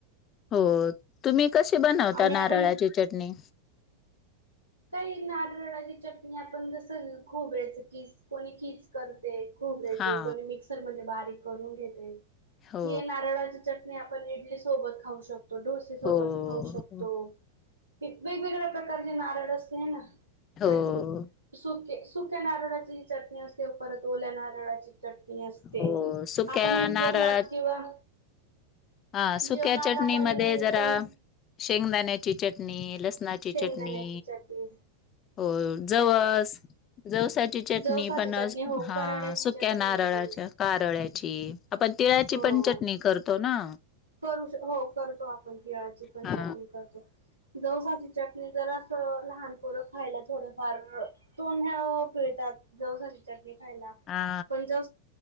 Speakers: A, on the left (about 30°); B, on the right (about 85°).
A: हो तुम्ही कशी बनवता
B: आणि आपण
A: नारळाची चटणी
B: काही नारळाची चटणी आपण जस खोबयच कीच कोणी खीच कर खोबऱ्या
A: हा
B: कोणी मिक्सर मध्ये बारीक करून घेते
A: हो
B: ह नारळाची चटणी आपण इडली सोबत खाऊ शकतो डोसे सोबत
A: हो
B: खाऊ शकतो
A: हो
B: वेगवेगळ्या प्रकारचे नारळ असते ना
A: हो
B: चटणी सुके सुक्या नारळाची चटणी असते परत ओल्या नारळाची चटणी असते
A: हो. सुक्या
B: आपण हे
A: नारळात
B: जेवणात किंवा
A: हा सुक्या
B: जेवणात
A: चटणी
B: आपण
A: म जरा
B: तोंड
A: शेंगदाण्याची चटणी लसणाची
B: शेंगदाण्याची
A: चटणी
B: चटणी
A: हो जवस जवसाची चटणी
B: जवसाची
A: पण
B: चटणी हो
A: ह
B: कराड्याची
A: सुक्या
B: चटणी
A: नारळ
B: येते
A: कारळची आपण तिळाची
B: हो
A: पण चटणी करतो ना
B: करू हो करतो आपण तिळाची पण
A: हा
B: चटणी करतो ज चटणी द रस लहान पोरं खायला थोडफार तोंड पिळतात. जवसाची चटणी
A: हा
B: पण ज